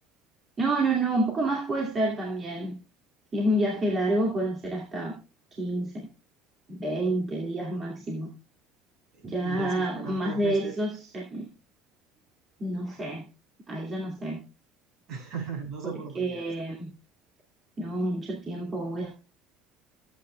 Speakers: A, on the right; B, on the right.
A: No, no, no, un poco más puede ser también. Si es un viaje largo, pueden ser hasta quince veinte días máximo.
B: Y
A: Ya
B: así fuera
A: más
B: dos
A: de
B: meses,
A: eso, se- no sé, ahí ya no sé,
B: <laughs> no soportarías.
A: porque no, mucho tiempo voy a